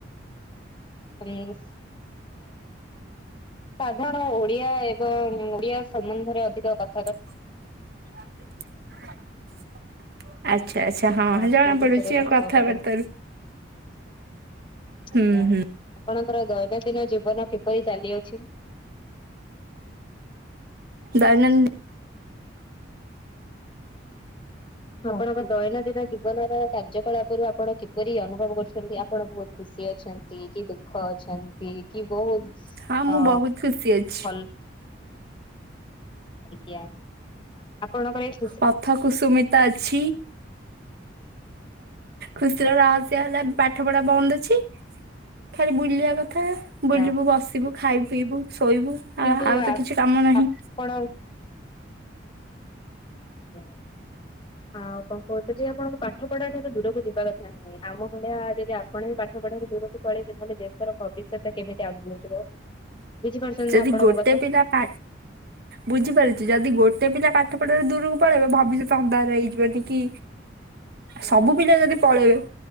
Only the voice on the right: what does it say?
<unintelligible> ଆଚ୍ଛା ଆଚ୍ଛା ହଁ
ଜଣା
ପଡୁଛି
ଆଉ କଥାବାର୍ତ୍ତାରୁ
ହୁଁ
ହୁଁ
ଦୈନ
ହଁ ମୁଁ
ବହୁତ ଖୁସି ଅଛି
ପଥ କୁସୁମିତ ଅଛି। ଖୁସିର ରହସ୍ୟ ହେଲା ପାଠ ପଢା ବନ୍ଦ ଅଛି। ଖାଲି ବୁଲିବା କଥା
ବୁଲିବୁ, ବସିବୁ, ଖାଇବୁ, ପିଇବୁ। ଶୋଇବୁ
ଆ ଆଉ
ତ କିଛି କାମ ନାହିଁ।
ଯଦି
ଗୋଟେ
ପିଲା ପା ବୁଝିପାରୁଛି ଯଦି ଗୋଟେ ଟେ ପିଲା ପାଠ ପଢାରୁ ଦୂରକୁ ପଳେଇବ ଭବିଷ୍ୟତ ଅନ୍ଧାର ହେଇଯିବ ଟି କି ସବୁ ପିଲା ଯଦି ପଳେଇବେ